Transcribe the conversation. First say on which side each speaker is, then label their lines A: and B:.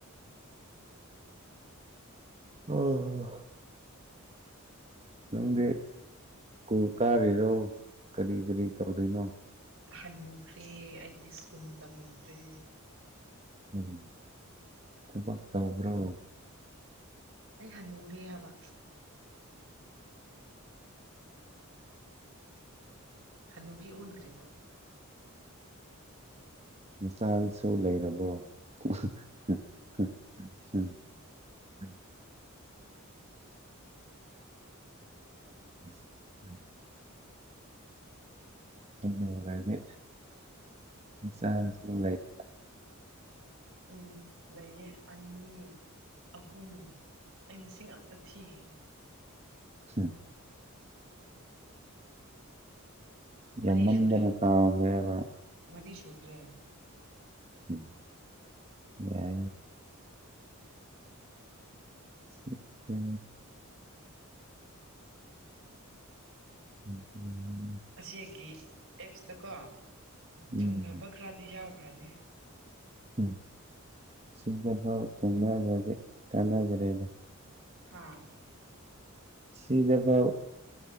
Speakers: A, on the right (about 30°); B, on the right (about 65°).
A: ꯑꯣ ꯅꯦ ꯀꯨ ꯇꯥꯔꯦꯔꯣ ꯀꯔꯤ ꯀꯔꯤ ꯇꯧꯔꯤꯅꯣ
B: ꯍꯟꯅꯨꯈ꯭ꯔꯦ ꯑꯩꯗꯤ ꯁ꯭ꯀꯨꯜ ꯇꯝꯗ꯭ꯔꯦ
A: ꯎꯝ ꯊꯕꯛ ꯇꯕ꯭ꯔꯣ
B: ꯑꯩ ꯍꯅꯨꯔꯦ ꯍꯥꯏꯕ ꯍꯅꯨꯕꯤ ꯑꯣꯟꯈ꯭ꯔꯦꯔꯤꯕ
A: ꯃꯆꯥꯥꯟꯁꯨ ꯂꯩꯔꯕꯣ <unintelligible> ꯎꯝ ꯑꯗꯨꯔꯗꯤ ꯏꯟꯁꯥꯟꯁ ꯂꯩ
B: ꯎꯝ ꯂꯩꯌꯦ ꯑꯅꯤ ꯑꯍꯨꯝ ꯑꯩ ꯃꯁꯤꯡ ꯑꯝꯇ ꯊꯤꯒꯦ
A: ꯁꯤ
B: ꯃꯔꯤ
A: ꯌꯥꯝꯃꯟꯗꯅ
B: ꯁꯨꯔꯦ
A: ꯀꯥꯎꯈ꯭ꯔꯦꯕ
B: ꯃꯔꯤ ꯁꯨꯈ꯭ꯔꯦ
A: ꯝ ꯌꯥ ꯁꯤ ꯀꯦ ꯎ
B: ꯑꯁꯤꯒꯤ ꯑꯦꯞꯁꯇꯀꯣ
A: ꯎꯝ
B: ꯊꯨꯡꯅꯕ ꯈꯔꯗꯤ ꯌꯥꯎꯈ꯭ꯔꯅꯤ
A: ꯎꯝ ꯁꯤꯗꯐꯥꯎ ꯊꯨꯡꯅꯈ꯭ꯔꯗꯤ ꯀꯥꯟꯅꯈ꯭ꯔꯦꯗ
B: ꯍꯥꯥ
A: ꯁꯤꯗꯐꯥꯎ